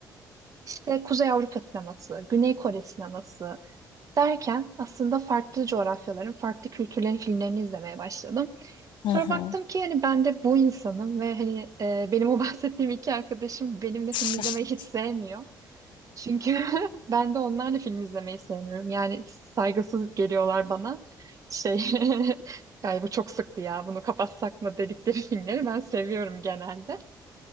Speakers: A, on the right (about 45°); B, on the left (about 80°).
A: işte Kuzey Avrupa sineması, Güney Kore sineması derken aslında farklı coğrafyaların, farklı kültürlerin filmlerini izlemeye başladım.
B: hı
A: Sonra
B: hı.
A: baktım ki hani ben de bu insanım ve hani e, benim o <laughs> bahsettiğim iki arkadaşım benimle film
B: <laughs>
A: izlemeyi hiç sevmiyor. Çünkü <laughs> ben de onlarla film izlemeyi sevmiyorum. Yani saygısız geliyorlar bana. Şey, <laughs> galiba çok sıktı ya bunu kapatsak mı dedikleri filmleri ben seviyorum genelde.